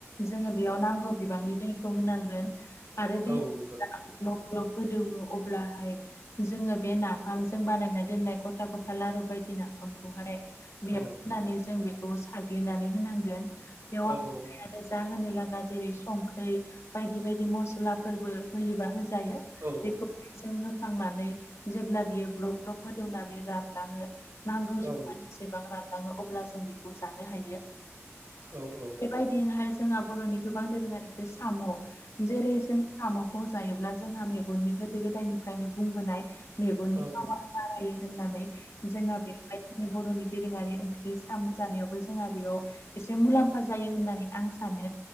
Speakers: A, on the left (about 65°); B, on the right (about 70°).
A: जोङो बेयाव नांगौ बिबांनि दैखौ होनांगोन आरो दैया
B: नोंथां
A: ग्लब ग्लब गोदौवो अब्लाहाय जोङो बे नाफाम जों बानायनानै दोननाय गथा गथा लारु बायदि नाफामखौहाय बेयाव
B: औ
A: होनानै जों बे खौ साग्लिनानै होनांगोन बेयाव
B: औ
A: आरो
B: नोंथां औ नोंथां औ
A: जों जा होनो लागा जेरै संख्रि बायदि बायदि मसलाफोरबो होयोबा होजायो
B: औ नोंथां औ
A: बेखौनो
B: औ नोंथां औ
A: जों होखांनानै जेब्ला बियो ग्लब ग्लब गोदौनानै रानलाङो नांगौ
B: नोंथां औ
A: जखानिसेबां
B: औ
A: रानलाङो अब्ला जों बेखौ जानो हायो
B: औ औ
A: बेबायदिनोहाय जोंहा बर'नि गोबां दोरोङारि ओंख्रि साम' जेरै जों साम'खौ जायोब्ला जोंहा मेगननि गोदो गोदायनिफ्रायनो बुंबोनाय मेग
B: औ
A: बारायो होननानै जोंहा बेखौहाय जा बर'नि दोरोङारि ओंख्रि साम' जानायावबो जोंहा बेयाव एसे मुलाम्फा जायो होननानै आं सानो